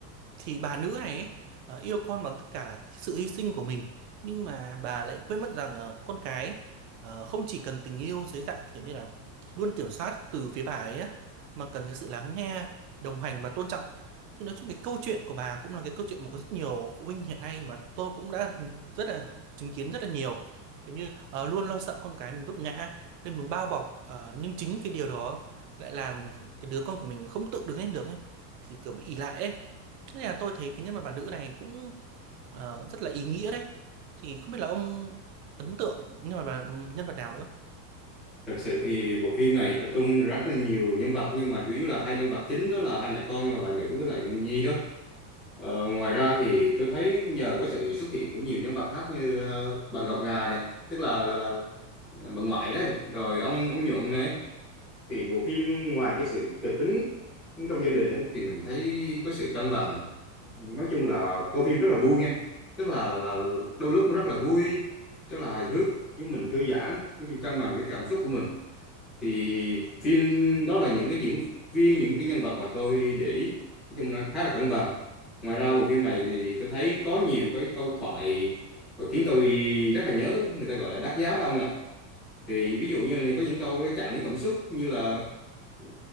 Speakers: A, on the right; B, in the centre.
A: thì bà nữ này ấy, ờ, yêu con bằng tất cả cái sự hy sinh của mình nhưng mà bà lại quên mất rằng ờ, con cái ờ, không chỉ cần tình yêu dưới dạng kiểu như là luôn kiểm soát từ phía bà ấy á, mà cần cái sự lắng nghe đồng hành và tôn trọng thì nói chung cái câu chuyện của bà cũng là cái câu chuyện mà có rất nhiều phụ huynh hiện nay mà tôi cũng đã rất là chứng kiến rất là nhiều kiểu như ờ, luôn lo sợ con cái mình vấp ngã nên muốn bao bọc ờ, nhưng chính cái điều đó lại làm cái đứa con của mình không tự đứng lên được ấy thì kiểu bị ỷ lại ấy Thế là tôi thấy cái nhân vật bà nữ này cũng ờ, rất là ý nghĩa đấy. Thì không biết là ông ấn tượng nhân vật bà, nhân vật nào nữa.
B: Thực sự thì bộ phim này tập trung rất là nhiều nhân vật nhưng mà chủ yếu là hai nhân vật chính đó là hai mẹ con là bà nữ với lại Nhi đó. Ờ, ngoài ra thì tôi thấy nhờ có sự xuất hiện của nhiều nhân vật khác như ờ, bà Ngọc Ngà này, tức là là là, là ờ, bà ngoại đấy rồi ông ông Nhuận này thì bộ phim ngoài cái sự kịch tính trong gia đình ấy, thì mình thấy có sự cân bằng nói chung là coi phim rất là vui nha tức là là, là đôi lúc nó rất là vui rất là hài hước nhưng mình thư giãn nói chung cân bằng cái cảm xúc của mình thì phim đó là những cái diễn viên những cái nhân vật mà tôi để ý nói chung là khá là cân bằng ngoài ra bộ phim này thì tôi thấy có nhiều cái câu thoại và khiến tôi rất là nhớ người ta gọi là đắt giá đó ông ạ thì ví dụ như là có những câu nó chạm đến cảm xúc như là ừ,